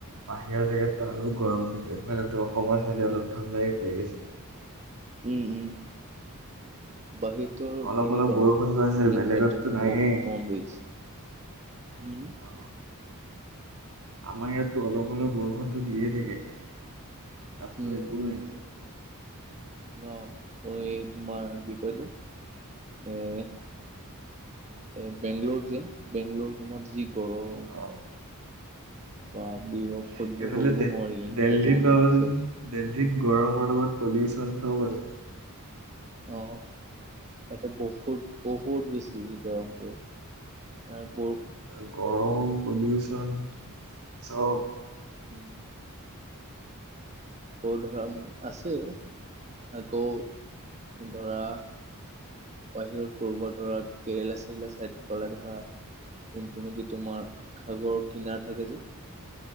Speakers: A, on the right (about 80°); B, on the right (about 30°).
A: বাহিৰা জেগাত আৰু গৰম এফালে অসমৰ ছাইডে অলপ ঠাণ্ডাই পৰি আছে
B: উম উম বাহিৰটো আৰু
A: অলপ
B: ঢেৰ
A: অলপ
B: গৰম
A: বৰষুণটো আছে
B: মানে
A: বেলেগততো
B: সহ্য নোহোবা
A: নায়েই।
B: গৰম পৰিছে
A: <unintelligible>
B: উম
A: অ আমাৰ ইয়াতটো অলপ অলপ বৰষুণতো দিয়ে থাকে তাতটো
B: উম,
A: সেইটোও নিদে
B: ন মই তোমাৰ কি কয় এইটো এ এ বেংগলত যে বেংগলত তোমাৰ যি গৰম
A: অ
B: বাপৰে
A: উম
B: বাপ সহ্য
A: এইফালে
B: কৰিব
A: দে
B: নোৱাৰি এনেকা
A: দেল্লিত গৰম
B: দি দিছে
A: দেল্লীত গৰমৰ লগত পলিউচন চব আৰ
B: অ তাতে বহুত বহুত বেছি গৰমটো না ব
A: আৰু গৰম পলিউচন চব
B: উম আকৌ ধৰা আছে আকৌ ধৰা বাহিৰত কৰবাত ধৰা কেৰেলা চেৰেলা চাইডৰ ফালে ধৰা যোনটো নিকি তোমাৰ সাগৰ কিনাৰ থাকে যে